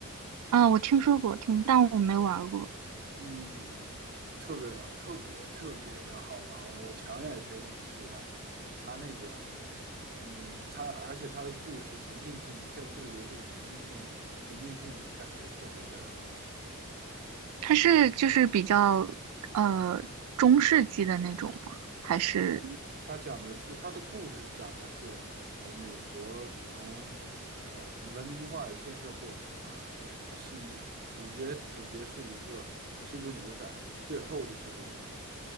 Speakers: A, on the right; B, on the right.
A: 啊、我听说过，听，但我没玩过。
B: 嗯，特别的，特别特别的好玩，我强烈推荐你去玩一下。它那个，嗯，它而且它的故事沉浸性，这个这个游戏的沉浸性，沉浸性感觉特别的好。
A: 它是就是比较呃中世纪的那种吗？还是
B: 他讲的是他的故事，是讲的是呃美国从呃文明化的建设过程吧，就是他系主角主角是一个西部牛仔，最后的西部牛仔，